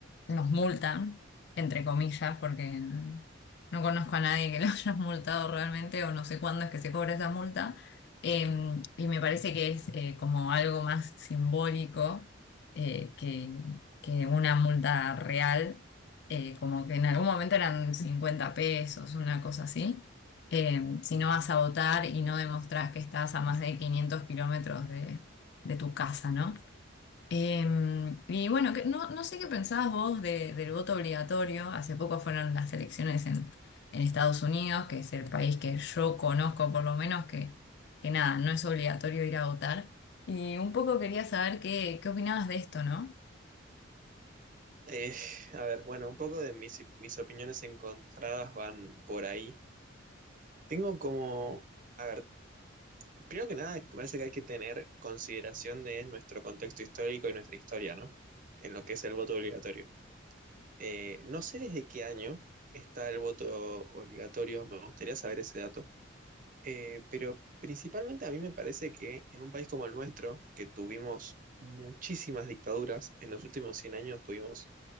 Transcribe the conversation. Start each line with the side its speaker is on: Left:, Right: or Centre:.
Left: nos multan, entre comillas, porque no, no conozco a nadie que lo <laughs> hayas multado realmente o no sé cuándo es que se cobra esa multa. Eh, y me parece que es eh, como algo más simbólico eh, que, que una multa real, eh, como que en algún momento eran 50 pesos, una cosa así. Eh, si no vas a votar y no demostrás que estás a más de 500 kilómetros de tu casa, ¿no? Em, y bueno, que- no, no sé qué pensabas vos de- del voto obligatorio. Hace poco fueron las elecciones en, en Estados Unidos, que es el país que yo conozco por lo menos, que, que nada, no es obligatorio ir a votar. Y un poco quería saber qué, qué opinabas de esto, ¿no?
Right: Eh, a ver, bueno, un poco de mis, mis opiniones encontradas van por ahí. Tengo como, a ver, Primero que nada, parece que hay que tener consideración de nuestro contexto histórico y nuestra historia, ¿no? En lo que es el voto obligatorio. Eh, no sé desde qué año está el voto obligatorio, me gustaría saber ese dato, eh, pero principalmente a mí me parece que en un país como el nuestro, que tuvimos muchísimas dictaduras, en los últimos 100 años tuvimos,